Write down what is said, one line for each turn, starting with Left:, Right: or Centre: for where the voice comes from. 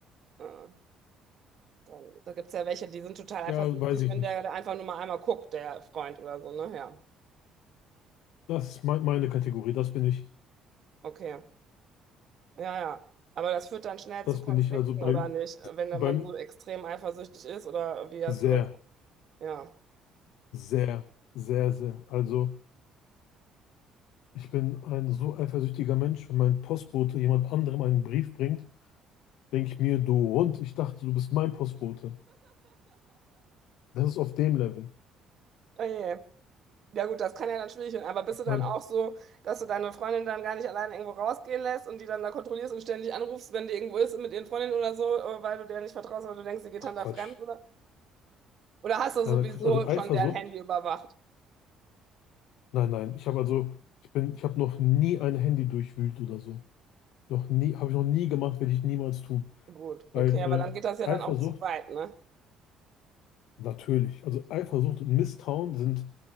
Right: äh, da, da gibt es ja welche, die sind total eifersüchtig,
Left: ja, weiß ich
Right: wenn
Left: nicht.
Right: der da einfach nur mal einmal guckt, der Freund oder so, ne? Ja,
Left: Das ist me meine Kategorie, das bin ich.
Right: okay. Ja, ja. Aber das führt dann schnell
Left: Das
Right: zu Konflikten,
Left: bin ich also beim,
Right: oder nicht? Wenn dann
Left: beim
Right: man so extrem eifersüchtig ist, oder wie hast
Left: sehr,
Right: du das? Ja.
Left: sehr, sehr, sehr. Also ich bin ein so eifersüchtiger Mensch, wenn mein Postbote jemand anderem einen Brief bringt, Denke ich mir, du und ich dachte, du bist mein Postbote. Das ist auf dem Level.
Right: Oh je. Ja gut, das kann ja dann schwierig werden, aber bist du
Left: Mein,
Right: dann auch so, dass du deine Freundin dann gar nicht alleine irgendwo rausgehen lässt und die dann da kontrollierst und ständig anrufst, wenn die irgendwo ist mit ihren Freundinnen oder so, äh, weil du der nicht vertraust, weil du denkst, die geht
Left: ach
Right: dann da
Left: Quatsch.
Right: fremd oder? Oder hast du
Left: Nein,
Right: sowieso
Left: nein, Quatsch. also Eifersucht?
Right: schon deren Handy überwacht?
Left: Nein, nein. Ich habe also, ich bin, ich habe noch nie ein Handy durchwühlt oder so. Noch nie, habe ich noch nie gemacht, werde ich niemals tun.
Right: Gut,
Left: Weil
Right: okay, aber
Left: äh,
Right: dann geht das ja
Left: Eifersucht,
Right: dann auch zu weit, ne?
Left: natürlich. Also Eifersucht und Misstrauen sind